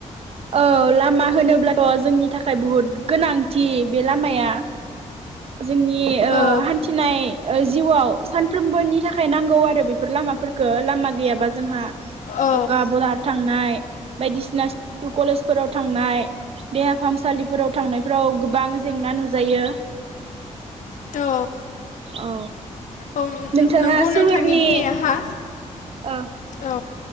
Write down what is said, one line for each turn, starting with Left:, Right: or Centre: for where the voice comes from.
Right: औ लामा होनोब्लाथ जोंनि थाखाय बुहुद गोनांथि बे लामाया जोंनि
Left: औ
Right: हान्थिनाय जिउआव सानफ्रोमबोनि थाखाय नांगौ आरो बेफोर लामाफोरखौ लामा गैयाबा जोंहा
Left: औ
Right: सखा बहार थांनाय बायदिसिना स्कुल कलेजफोराव थांनाय देहा फाहामसालिफोराव थांनायफोराव गोबां जेंना नुजायो।
Left: औ
Right: औ
Left: औ
Right: नोंथाङा
Left: नंगौ
Right: सहोरनि
Left: नोंथांनि बुंनाया हा
Right: औ
Left: औ